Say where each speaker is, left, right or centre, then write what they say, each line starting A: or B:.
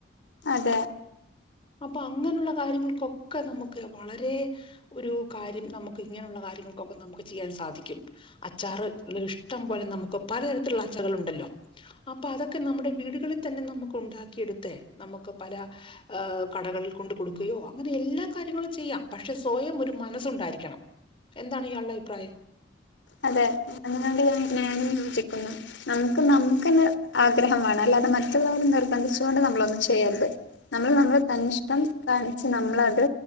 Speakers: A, on the left (about 75°); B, on the left (about 25°).
A: അതെ
B: അപ്പൊ അങ്ങനുള്ള കാര്യങ്ങൾക്കൊക്കെ നമുക്ക് വളരെ ഒരു കാര്യം നമുക്ക് ഇങ്ങനെയുള്ള കാര്യങ്ങ ഒക്കെ നമുക്ക് ചിയ്യാൻ സാധിക്കും അച്ചാറ് ഇഷ്ടം പോലെ നമുക്ക് പലതരത്തിലുള്ള അച്ചാറുകളുണ്ടല്ലോ? അപ്പൊ അതൊക്കെ നമ്മുടെ വീടുകളിൽ തന്നെ നമുക്ക് ഉണ്ടാക്കിയെടുത്തേ നമുക്ക് പല ഹ് കടകളിൽ കൊണ്ട് കൊടുക്കുകയോ അങ്ങനെ എല്ലാ കാര്യങ്ങളും ചെയ്യാം പക്ഷെ സ്വയം ഒരു മനസ്സുണ്ടായിരിക്കണം. എന്താണ് ഇയാൾടെ അഭിപ്രായം.
A: അതെ അതിനോട് ഞാൻ ഞാനും യോചിക്കുന്നു നമുക്ക് നമുക്കെന്നെ ആഗ്രഹം വേണല്ലെ? അത് മറ്റുള്ളവർ നിർബന്ധിച്ചുകൊണ്ട് നമ്മളൊന്നും ചെയ്യരുത് നമ്മൾ നമ്മുടെ തന്നിഷ്ടം കാണിച്ച് നമ്മള ത്